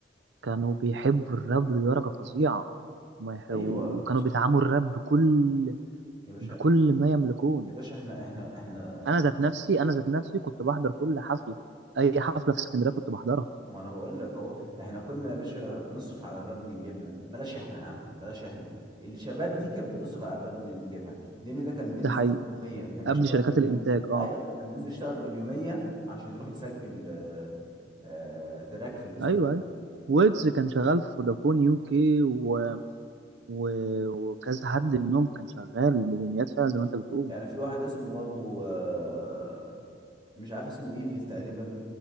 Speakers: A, on the right (about 85°); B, on the right (about 25°).
A: كانوا بيحبوا الراب لدرجة فظيعة وما يح-
B: ايوه
A: وكانوا بيدعموا الراب بكل
B: يا باشا
A: بكل ما يملكون
B: يا باشا احنا احنا احنا
A: أنا ذات نفسي أنا ذات نفسي كنت بحضر كل حفلة أي حفلة في اسكندرية كنت بحضرها
B: ما انا بقول لك اهو احنا كنا يا باشا بنصرف على الراب من جيبنا بلاش احنا يا عم بلاش احنا الشباب دي كانت بتصرف على الراب من جيبها لان ده كان بينزل
A: ده حقيقي
B: باليوميه كان
A: قبل
B: بيشتغل
A: شركات
B: باليوم
A: الإنتاج أه
B: ايوه كان بينزل يشتغل باليوميه عشان يروح يسجل آه، آه، تراك في الاستوديو
A: أيوه أيوه ويجز كان شغال في فودافون يو كي و... و... وكذا حد منهم كان شغال مليوميات فعلا زي ما أنت بتقول
B: يعني في واحد اسمه برضه آه، مش عارف اسمه ايفل تقريبا